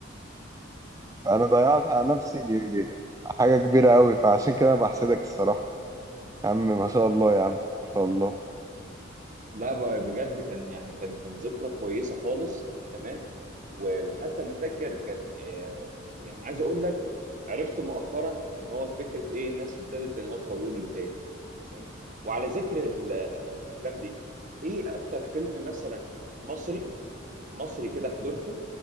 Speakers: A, on the right; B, on the right.
A: فانا ضيعت على نفسي حاجة كبيرة قوي فعشان كده انا بحسدك الصراحة يا عم ما شاء الله يا عم ما شاء الله
B: لا ب- بجد كان يعني كان كان ذكرى كويسه خالص تمام و- وحتى انا فاكر كان آه، يعني عايز اقول لك عرفت مؤخرا ان هو فكره ايه الناس ابتدت انها تروج له تاني تمام وعلى ذكر ال- الافلام دي ايه اكتر فيلم مثلا مصري مصري كده حضرته